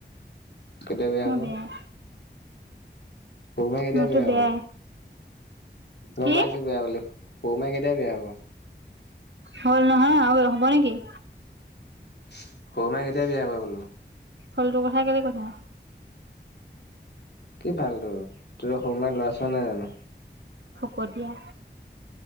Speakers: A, on the left; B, on the right.
A: কেতিয়া বিয়া
B: মই
A: হ'ব?
B: বেয়াই
A: সৰু মাই ‌ কেতিয়া
B: মইতো
A: বিয়া হ'ব?
B: বেয়াই
A: গম
B: কি
A: পাইছো বেয়া বুলি সৰু মাই কেতিয়াই বিয়া হ'ব?
B: হল নহয় আৰু হ'ব নেকি?
A: সৰু মাই কেতিয়া বিয়া হবা বোলো
B: ফালটো কথা কেলে কৈ থাকা?
A: কি ফাল তো ত সৰু মাই ল'ৰা চোৱা নাই জানো?
B: ফকতিয়া।